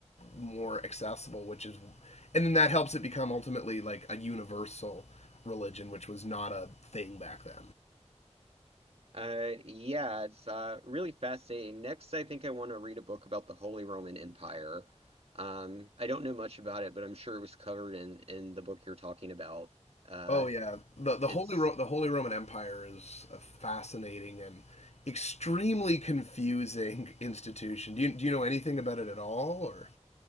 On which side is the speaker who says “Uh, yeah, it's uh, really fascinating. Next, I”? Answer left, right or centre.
Right